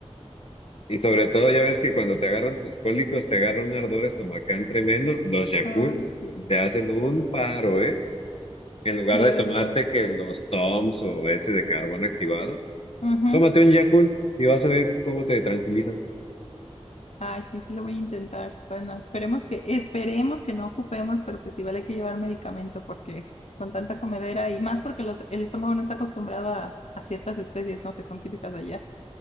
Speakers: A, on the left (about 60°); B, on the left (about 75°).
A: Y sobre todo, ya ves que cuando te agarran tus cólicos, te agarra un ardor estomacal tremendo, los Yakul
B: Ay, sí,
A: te hacen un paro, ¿eh? En lugar
B: de
A: de
B: verdad.
A: tomarte que los Toms o ese de carbón activado,
B: Ujú.
A: tómate un Yakult y vas a ver cómo te tranquilizas.
B: Ay, sí, sí lo voy a intentar. Bueno, esperemos que, esperemos que no ocupemos, pero pues igual hay que llevar medicamento porque con tanta comedera y más porque los, el estómago no está acostumbrado a, a ciertas especies, ¿no? Que son típicas de allá.